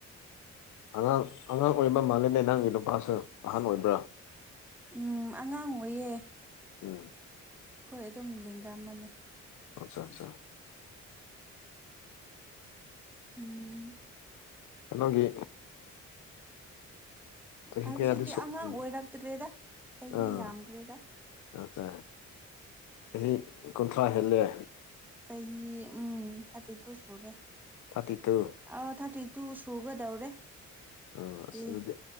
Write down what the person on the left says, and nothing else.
ꯑꯉꯥꯡ ꯑꯉꯥꯡ ꯑꯣꯏꯕ ꯃꯥꯜꯂꯅꯦ ꯅꯪꯒꯤ ꯅꯨꯄꯥꯁꯨ ꯑꯍꯥꯟ ꯑꯣꯏꯕ꯭ꯔꯥ
ꯎꯝ
ꯑꯠꯆꯥ ꯑꯠꯆꯥꯠꯇ
ꯀꯩꯅꯣꯒꯤ ꯆꯍꯤ
ꯀꯌꯥꯗꯤ ꯁꯨ
ꯎꯝ
ꯑꯥ
ꯑꯠꯆꯥ ꯆꯍꯤ ꯀꯨꯟꯊ꯭ꯔꯥ ꯍꯦꯜꯂꯦ
ꯊꯥꯔꯇꯤ ꯇꯨ
ꯎꯝ
ꯑꯁ ꯑꯗꯨꯗꯤ